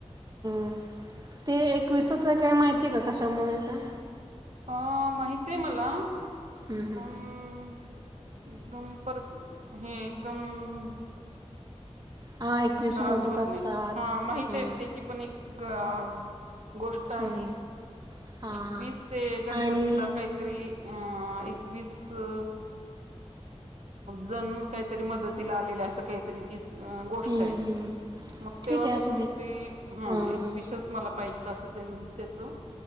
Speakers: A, on the right; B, on the right.
A: हम्म ते एकविसाच काय माहिती का? कशामुळे काय?
B: अ.. माहित आहे मला,
A: हम्म हम्म
B: पण.. - एकदम पर हे एकदम-
A: हा एकवीस
B: आता
A: मोदक
B: आठवत
A: असतात
B: नाही, हा माहित
A: हां
B: आहे त्याची पण एक- अ गोष्ट आहे
A: हम्म हां
B: एकवीीस ते गणपतीला
A: आणि
B: काही <unintelligible> तरी एकवीस- अ.. जण काहीतरी मदतीला आलेलं असं काहीतरी तीस गो-
A: हम्म
B: ष्ट आहे,
A: हम्म
B: मग तेव्हापासून
A: ठीक आहे असू दे
B: ते हा
A: हां
B: एकविसच
A: हां
B: मला पाहिजेत अस त्यांच- त्याच,